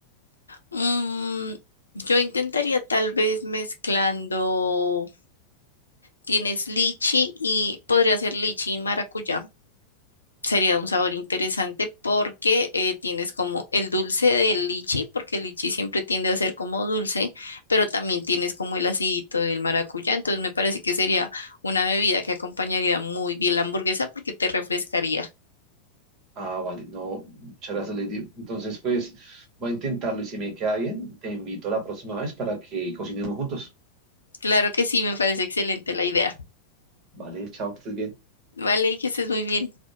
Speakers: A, on the left; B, on the right.
A: Mm, yo intentaría tal vez mezclando, tienes lichi y podría ser lichi y maracuyá. Sería un sabor interesante porque eh, tienes como el dulce del lichi, porque el lichi siempre tiende a ser como dulce, pero también tienes como el acidito del maracuyá. Entonces me parece que sería una bebida que acompañaría muy bien la hamburguesa porque te refrescaría.
B: Ah, vale, no, muchas gracias, Lady. Entonces, pues voy a intentarlo y si me queda bien, te invito a la próxima vez para que cocinemos juntos.
A: Claro que sí, me parece excelente la idea.
B: Vale, chao, que estés bien.
A: Vale, y que estés muy bien.